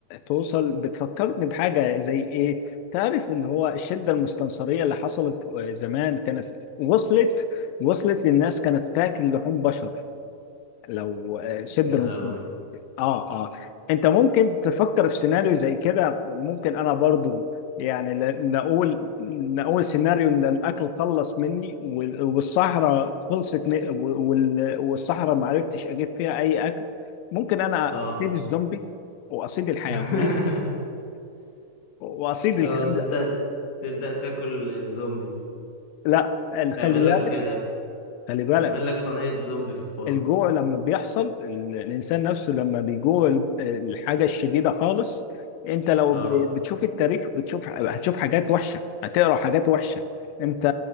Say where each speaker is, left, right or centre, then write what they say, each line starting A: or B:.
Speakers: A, on the left; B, on the left.
A: توصل بتفكرني بحاجه زي ايه تعرف اللي هو الشده المستنصريه اللي حصلت زمان كانت وصلت وصلت للناس كانت تاكل لحوم بشر لو الشده
B: يا لهوي
A: اه اه انت ممكن تفكر في سيناريو زي كده ممكن انا برضو يعني ل- نقول نقول سيناريو ان الاكل خلص مني وال- والصحراء خلصت م- وال- والصحراء ما عرفتش اجيب فيها اي اكل ممكن انا
B: اه
A: اصيد الزومبي واصيد الحيوانات
B: <laughs>
A: واصيد الكلام
B: اه تبدأ
A: ده
B: تبدأ تاكل الزومبيز
A: لا ال- خلي
B: تعمل لك
A: بالك خلي بالك
B: تعمل لك صينية زومبي في الفرن
A: الجوع لما بيحصل ال- الإنسان نفسه لما بيجوع ال- الحاجة الشديدة خالص أنت لو
B: اه
A: ب- بتشوف التاريخ بتشوف هتشوف حاجات وحشة هتقرأ حاجات وحشة أنت